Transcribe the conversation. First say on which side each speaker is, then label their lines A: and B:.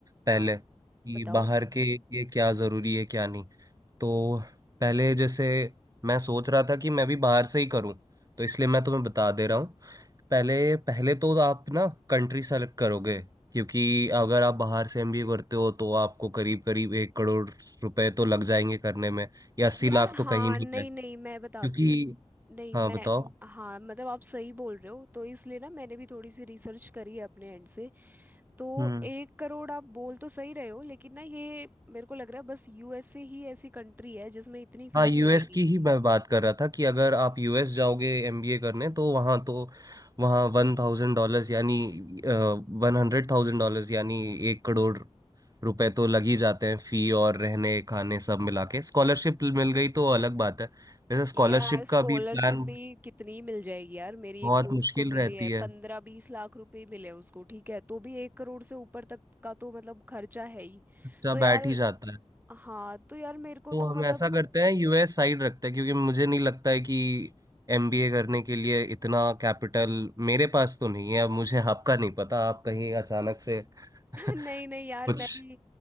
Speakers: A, on the right; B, on the right.
A: पहले
B: हाँ
A: कि
B: बताओ
A: बाहर के लिए क्या ज़रूरी है क्या नहीं तो पहले जैसे मैं सोच रहा था कि मैं भी बाहर से ही करूँ तो इसलिए मैं तुम्हें बता दे रहा हूँ पहले पहले तो आप ना कंट्री सेलेक्ट करोगे क्योंकि अगर आप बाहर से एमबीए करते हो तो आपको करीब करीब एक करोड़ रुपए तो लग जाएंगे करने में या अस्सी
B: यार
A: लाख
B: हाँ
A: तो कहीं नहीं
B: नहीं
A: है
B: नहीं मैं बताती
A: क्योंकि
B: हूँ नहीं
A: हाँ
B: मैं
A: बताओ
B: हाँ मतलब आप सही बोल रहे हो तो इसलिए ना मैंने भी थोड़ी सी रिसर्च करी है अपने एंड से तो
A: हम्म
B: एक करोड़ आप बोल तो सही रहे हो लेकिन ना ये मेरे को लग रहा है बस यूएसए ही ऐसी कंट्री है जिसमें इतनी फीस
A: हाँ यूएस
B: लगेगी
A: की ही मैं बात कर रहा था कि अगर आप यूएस जाओगे एमबीए करने तो वहाँ तो वहाँ वन थाउजेंड डॉलर्स यानी वन हंड्रेड थाउजेंड डॉलर्स यानी एक करोड़ रुपए तो लग ही जाते हैं फी और रहने खाने सब मिला के स्कॉलरशिप मिल गई तो अलग बात है वैसे स्कॉलरशिप
B: यार
A: का
B: स्कॉलरशिप
A: भी प्लान
B: भी कितनी मिल जाएगी यार मेरी
A: बहुत
B: एक दोस्त
A: मुश्किल
B: को मिली
A: रहती
B: है
A: है
B: पंद्रह बीस लाख रुपए मिले उसको ठीक है तो भी एक करोड़ से ऊपर तक का तो मतलब खर्चा है ही
A: बच्चा
B: तो यार
A: बैठ ही जाता है
B: हाँ तो यार मेरे को
A: तो
B: तो
A: हम
B: मतलब
A: ऐसा करते हैं यूएस साइड रखते हैं क्योंकि मुझे नहीं लगता है कि एमबीए करने के लिए इतना कैपिटल मेरे पास तो नहीं है अब मुझे आपका नहीं पता आप कहीं अचानक से <laughs>
B: नहीं नहीं
A: कुछ
B: यार मैं भी